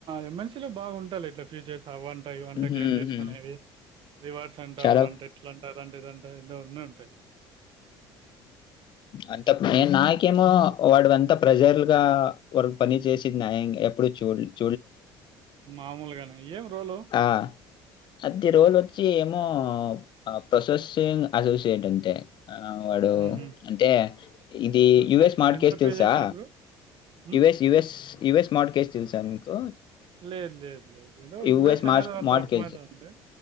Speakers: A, on the right; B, on the left.
A: ఎంఎన్సిలో బాగుంటాల ఇట్లా పీడిక్ అవ్వంటా ఇవంటా
B: హుహుహు.
A: క్లెయిమ్ చేసుకునేవి రివార్డ్స్ అంట
B: చాలా
A: అవిడంట ఎట్లాంట అదే ఇద ఇ ఉన్న ఉంటాయి
B: అంత
A: హ్మ్.
B: నేను నాకేమో వాడు అంతా ప్రజర్లుగా వరకు పని చేసి యా ఎప్పుడు చూడ
A: మామూలుగానే ఏం రోలు
B: ఆ! అది రోజు వచ్చి ఏమో ప్రొసెసింగ్ అసోసియేట్ అంతే అ వాడు
A: హుహు.
B: అంటే ఇది
A: అసోసియేట్
B: యుఎస్ మార్ట్
A: ఎంత
B: కేస్
A: పే
B: తెలుసా
A: చేస్తారు బ్రో? హ్మ్.
B: US yes US smart cage తెలుసా మీకు
A: లేదు, లేదు, లేదు. ఏదో
B: యుఎస్
A: యూఎస్ అనేది అంత
B: స్మార్ట్
A: అర్థమైతుంది.
B: కేజ